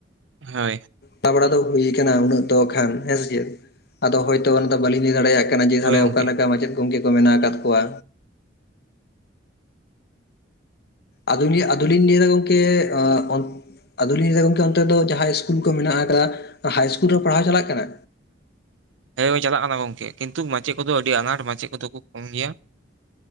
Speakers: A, on the right; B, on the left.
A: ᱦᱳᱭ᱾
B: ᱛᱟ ᱵᱟᱲᱟ ᱫᱚ ᱦᱩᱭ ᱠᱟᱱᱟ ᱩᱱᱟᱹᱜ ᱫᱚ ᱠᱷᱟᱱ ᱦᱮᱸ ᱥᱮᱫ, ᱟᱫᱚ ᱦᱚᱭᱛᱚ ᱚᱱᱟ ᱫᱚ ᱵᱟᱹᱞᱤᱧ ᱞᱟᱹᱭ ᱫᱟᱲᱮᱭᱟᱜ ᱛᱟᱦᱞᱮ
A: ᱦᱳᱭ ᱜᱚᱝᱠᱮ
B: ᱚᱠᱟ ᱞᱮᱠᱟ ᱢᱟᱪᱮᱫ ᱜᱚᱝᱠᱮ ᱠᱚ ᱢᱮᱱᱟᱜ ᱟᱠᱟᱫ ᱠᱚᱣᱟ? ᱟᱫᱩ- ᱟᱫᱩᱞᱤᱧ ᱞᱟᱹᱭᱟ ᱫᱟ ᱜᱚᱝᱠᱮ ᱟᱫᱚᱞᱤᱧ ᱞᱟᱹᱭᱫᱟ ᱜᱚᱢᱠᱮ ᱚᱱᱛᱮ ᱫᱚ ᱡᱟᱦᱟᱸᱭ ᱤᱥᱠᱩᱞ ᱠᱚ ᱢᱮᱱᱟᱜᱟ ᱛᱟᱦᱚᱞᱮ ᱦᱟᱭ ᱤᱥᱠᱩᱞ ᱨᱮ ᱦᱚ ᱯᱟᱲᱦᱟᱣ ᱪᱟᱞᱟᱜ ᱠᱟᱱᱟ?
A: ᱦᱮᱸ ᱪᱟᱞᱟᱜ ᱠᱟᱱᱟ ᱜᱚᱢᱠᱮ, ᱠᱤᱱᱛᱩ ᱢᱟᱪᱮᱫ ᱠᱚᱫᱚ ᱟᱹᱰᱤ ᱟᱱᱟᱴ ᱢᱟᱪᱮᱫ ᱠᱚᱫᱚ ᱠᱚ ᱠᱚᱢ ᱜᱮᱭᱟ᱾